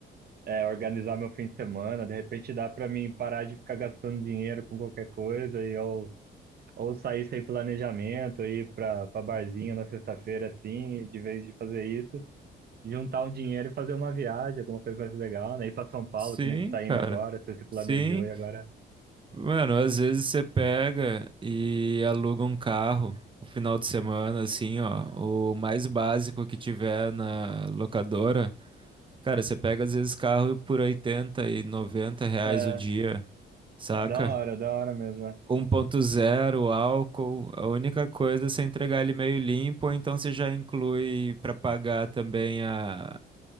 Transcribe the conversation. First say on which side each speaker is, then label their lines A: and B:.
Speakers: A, on the right (about 50°); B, on the right (about 25°).
A: é organizar meu fim de semana, de repente dá pra mim parar de ficar gastando dinheiro com qualquer coisa e ou, ou sair sem planejamento, ir pra, pra barzinho na sexta-feira assim, e de vez de fazer isso, juntar um dinheiro e fazer uma viagem, alguma coisa mais legal, né? Ir pra São Paulo,
B: Sim,
A: que nem você tá
B: cara.
A: indo agora, você se planejou
B: Sim.
A: e agora.
B: Mano, às vezes você pega e aluga um carro no final de semana, assim, ó. O mais básico que tiver na locadora. Cara, você pega às vezes carro por oitenta e noventa reais
A: É,
B: o dia, saca?
A: da hora, da hora mesmo, é.
B: 1.0, álcool, a única coisa é você entregar ele meio limpo, ou então você já inclui para pagar também a,